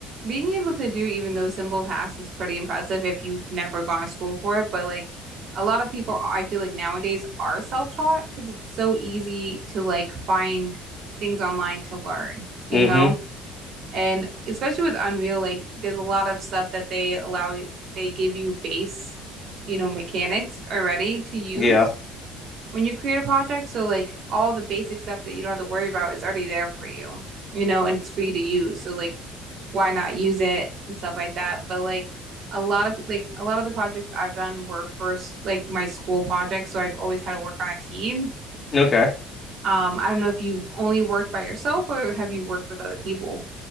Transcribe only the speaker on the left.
hmm
yeah
okay